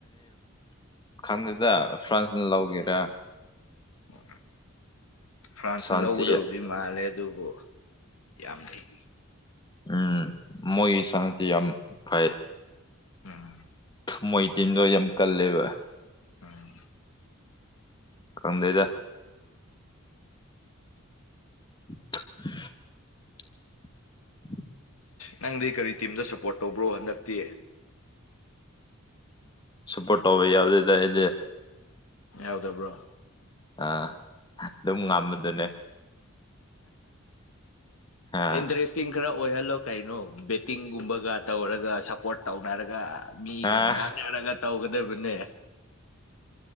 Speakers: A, on the left; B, on the left.
A: ꯈꯟꯗꯗ ꯐ꯭ꯔꯥꯟꯁ ꯅ ꯂꯥꯎꯒꯦꯔꯦ
B: ꯎ ꯐ꯭ꯔꯥꯟꯁꯅ
A: ꯐ꯭ꯔꯥꯟꯁꯇꯤ
B: ꯂꯧꯒꯗꯕꯨꯗꯤ ꯃꯥꯜꯂꯦ ꯑꯗꯨꯕꯨ ꯌꯥꯝꯅꯗꯒꯤ
A: ꯎꯝ ꯃꯣꯏꯒꯤ ꯁꯁꯤ ꯌꯥꯝ ꯐꯩ
B: ꯎꯝ
A: ꯃꯣꯏ ꯇꯤꯝꯗꯣ ꯌꯥꯝ ꯀꯜꯂꯦꯕ
B: ꯎꯝ
A: ꯀꯝꯗꯩꯗꯣ <inaudible> <inaudible>
B: ꯅꯪꯗꯤ ꯀꯔꯤ ꯇꯤꯝꯗ ꯁꯞꯄꯣꯔꯠ ꯇꯧꯕ꯭ꯔꯣ ꯍꯟꯗꯛꯇꯤ
A: ꯁꯄꯣ ꯇꯣꯕ ꯌꯥꯎꯗꯗ ꯏ
B: ꯌꯥꯎꯗꯕ꯭ꯔꯣ
A: ꯑ ꯑꯗꯨꯝ ꯉꯝꯕꯗꯨꯅꯦ ꯑꯥ
B: ꯏꯟꯔꯦꯁ ꯈꯔ ꯑꯣꯏꯍꯜꯂꯣ ꯀꯩꯅꯣ ꯕꯦꯠꯇꯤꯡꯒꯨꯝꯕꯒ ꯇꯧꯔꯒ ꯁꯞꯄꯣꯔꯠ ꯇꯧꯅꯔꯒ ꯃꯤꯒ
A: ꯑꯥ
B: ꯉꯥꯡꯅꯔꯒ ꯇꯧꯒꯗꯕꯅꯦ